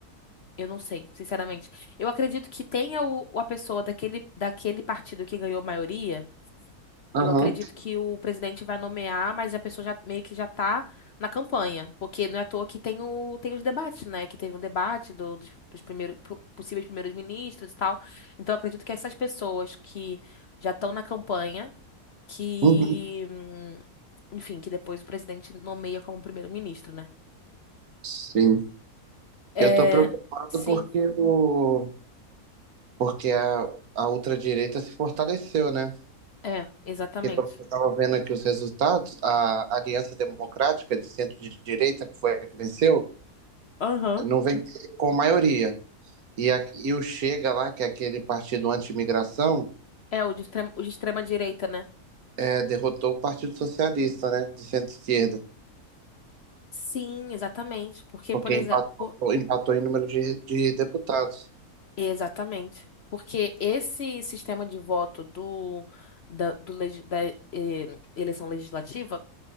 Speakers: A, on the left; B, on the right.
A: Eu não sei, sinceramente. Eu acredito que tenha o, a pessoa daquele, daquele partido que ganhou maioria.
B: Aham.
A: Eu acredito que o presidente vai nomear, mas a pessoa já meio que já tá na campanha. Porque não é à toa que tem, o, tem os debates, né? Que teve um debate do- dos, dos primeiros, po- possíveis primeiros ministros e tal. Então, eu acredito que essas pessoas que já estão na campanha, que,
B: Uhum.
A: hum, enfim, que depois o presidente nomeia como primeiro-ministro, né?
B: Sim.
A: É,
B: Eu tô preocupado
A: sim,
B: porque, o, porque a, a ultradireita se fortaleceu, né?
A: é, exatamente.
B: Porque pelo que eu estava vendo aqui os resultados, a Aliança Democrática de Centro de Direita, que foi a que venceu,
A: Aham.
B: não vem com maioria. E, a, e o Chega lá, que é aquele partido anti-imigração,
A: É, o de extrema, o de extrema direita, né?
B: é, derrotou o Partido Socialista, né, de centro-esquerda,
A: Sim, exatamente. Porque,
B: porque
A: por exemplo,
B: empatou, empatou em número de, de deputados.
A: exatamente. Porque esse sistema de voto do, da, do legi- da, eh, eleição legislativa,